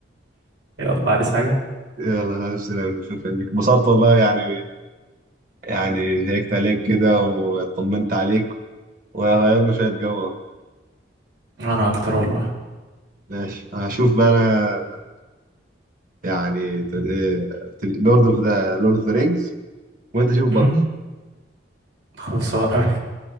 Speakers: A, on the right; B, on the right.
A: يلا عايز حاجة
B: يلا ألف سلامة شكرا لك انبسطت والله يعني يعني شيكت عليك كده وطمنت عليك وغيرنا شوية جو
A: انا اكتر والله
B: ماشي هشوف بقى أنا يعني لورد اوف ذا لورد اوف ذا رينجز وأنت شوف باربي
A: امم خلصانه